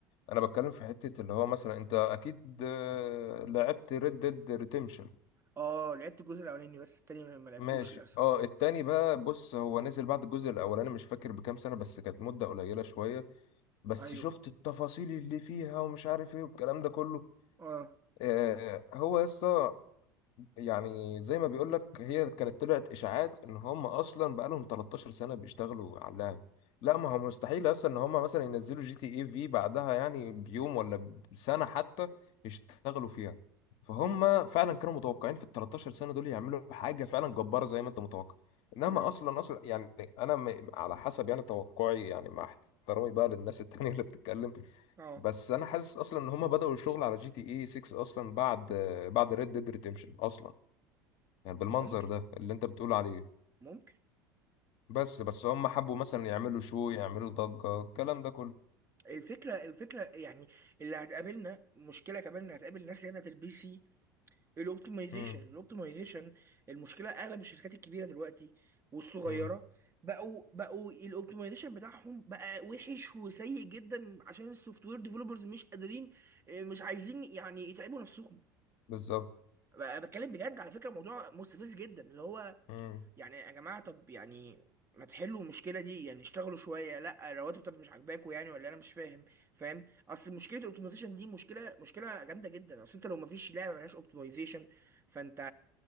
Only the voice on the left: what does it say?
انا بتكلم في حتة اللي هو مثلا انت اكيد آه، لعبت ريد ديد ريديمشن
ماشي
اه التاني بقى بص هو نزل بعد الجزء الاولاني مش فاكر بكام سنة بس كانت مدة قليلة شوية بس
شفت التفاصيل اللي فيها ومش عارف ايه والكلام ده كله
آه هو يسطا يعني زي ما بيقول لك هي كانت طلعت اشاعات ان هم اصلا بقالهم 13 سنه بيشتغلوا على اللعب لا ما هو مستحيل اصلا ان هم مثلا ينزلوا جي تي اي في بعدها يعني بيوم ولا بسنه حتى يشتغلوا فيها فهم فعلا كانوا متوقعين في ال 13 سنه دول يعملوا حاجه فعلا جباره زي ما انت متوقع انما
اصلا اصلا يعني انا م... على حسب يعني توقعي يعني مع احترامي بقى للناس التانية اللي بتتكلم
بس انا حاسس اصلا ان هم بدأوا الشغل على جي تي اي 6 اصلا بعد بعد ريد ديد ريديمشن اصلا يعني بالمنظر
ده اللي انت بتقول عليه
بس بس هم حبوا مثلا يعملوا شو يعملوا ضجة الكلام ده كله
امم
امم
بالظبط
امم